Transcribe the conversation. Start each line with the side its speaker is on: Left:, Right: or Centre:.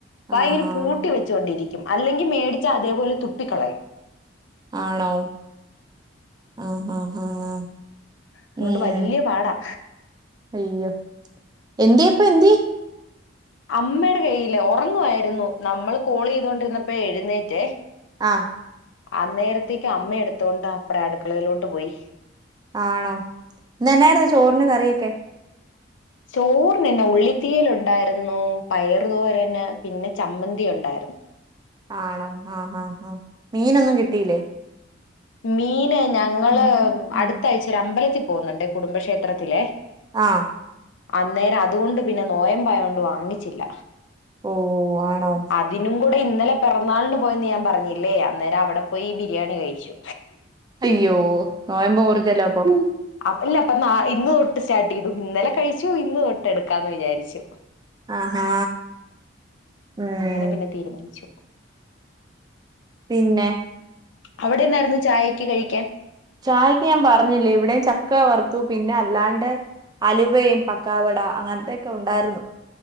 Left: വായിങ്ങനെ
Right: ആഹ് ആഹ്
Left: പൂട്ടി വെച്ചൊണ്ടിരിക്കും അല്ലെങ്കിൽ മേടിച്ച അതേപോലെ തുപ്പിക്കളയും
Right: ആണോ ആഹ് ആഹ് ആഹ്
Left: അതുകൊണ്ട്
Right: ഉം
Left: വല്യ പാടാ
Right: അയ്യോ എന്തേ ഇപ്പൊ എന്ത്യേ
Left: അമ്മയുടെ കയ്യില് ഉറങ്ങുവായിരുന്നു നമ്മൾ കോൾ ചെയ്തോണ്ടിരുന്നപ്പോ എഴുന്നേറ്റേ
Right: ആഹ്
Left: അന്നേരത്തേക്ക് അമ്മ എടുത്തോണ്ട് അപ്രേ അടുക്കളയിലോട്ട് പോയി
Right: ആണോ ഇന്ന് എന്നായിരുന്നു ചോറിന് കറിയൊക്കെ
Left: ചോറിനെന്നെ ഉള്ളിത്തീയൽ ഉണ്ടായിര് ന്നു പയറു തോരന് പിന്നെ ചമ്മന്തി ഉണ്ടായിരുന്നു
Right: ആണോ ആഹ് ആഹ് ആഹ് മീനൊന്നും കിട്ടീയില്ലേ
Left: മീന് ഞങ്ങള്
Right: ഉം
Left: അടുത്താഴ്ച ഒരു അമ്പലത്തിൽ പോകുന്നുണ്ട് കുടുംബക്ഷേത്രത്തിലെ
Right: ആഹ്
Left: അന്നേരം അതുകൊണ്ട് പിന്നെ നോയമ്പായണ്ട് വാങ്ങിച്ചില്ല
Right: ഓ ആണോ
Left: അതിനും കൂടെ ഇന്നലെ പിറന്നാളിന് പോയെന്ന് ഞാൻ പറഞ്ഞില്ലേ അന്നേരം അവിടെ പോയി ബിരിയാണി കഴിച്ചു
Right: അയ്യോ നോയമ്പ മുറിഎത്തില്ലേ അപ്പം
Left: അല്ല അപ്പൊ നാ ഇന്ന് തൊട്ട് സ്റ്റാർട്ട് ചെയ്തു ഇന്നലെ കഴിച്ചു ഇന്ന് തൊട്ട് എടുക്കാന്ന് വിചാരിച്ചു
Right: ആഹാ ഉം
Left: അങ്ങനെ പിന്നെ തീരുമാനിച്ചു
Right: പിന്നെ
Left: അവിടെന്നായിരുന്നു ചായക്ക് കഴിക്കാൻ
Right: ചായ്ക്ക് ഞാൻ പറഞ്ഞില്ലേ ഇവിടെയും ചക്ക വറുത്തു പിന്നെ അല്ലാണ്ട് അലുവയും പക്കാവട അങ്ങനത്തൊക്കെ ഉണ്ടായിരുന്നു